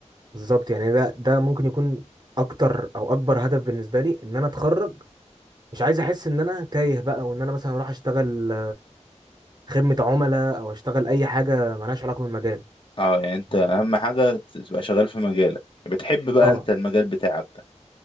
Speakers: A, on the right; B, on the left.
A: بالظبط يعني ده ده ممكن يكون اكتر او اكبر هدف بالنسبه لي ان انا اتخرج مش عايز احس ان انا تايه بقى وان انا مثلا اروح اشتغل خدمة عملاء او اشتغل اي حاجة ملهاش علاقة بالمجال
B: اه يعني انت
A: يعني
B: اهم حاجه تبقى شغال في مجالك بتحب بقى
A: اه
B: انت المجال بتاعك ده